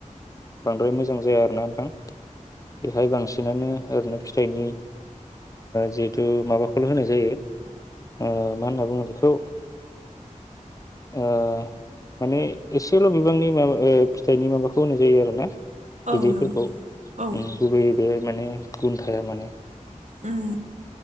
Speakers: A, on the left; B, on the right.
A: बांद्राय मोजां जाया आरोना नोंथां बेहाय बांसिनानो ओरैनो फिथाइनि जिहेथु माबाखौल' होनाय जायो। ओ मा होनना बुङो बेखौ आ माने एसेल बिब बांनि माबा ओ फिथाइनि माबाखौ होनाय जायो आरो ना
B: औ
A: बिदैफोरखौ
B: नंगौ औ
A: गुबैय बे माने गुन थाया माने
B: उम